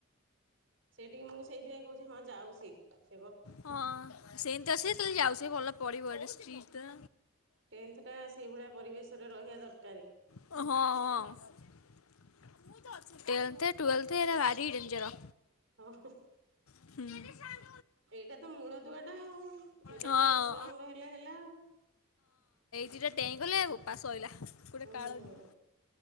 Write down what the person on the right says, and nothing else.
ସେଇଠିକି ମୁଁ ସେଇଥିପାଇଁ କହୁଚି ହଁ ଯାଉ ସିଏ।
ଟେଂଥ ଟା ସେଇଭଳିଆ ପରିବେଶରେ ରହିବା ଦରକାର।
ହଁ ହ।
ଏଇଟା ତ ମୂଳ ଦୁଆ ଟା ଆଉ ଏଇଟା
ଟିକେ ଷ୍ଟ୍ରଙ୍ଗ ହେଲେ ହେଲା ଆଉ।
ହୁଁ
ହୁଁ।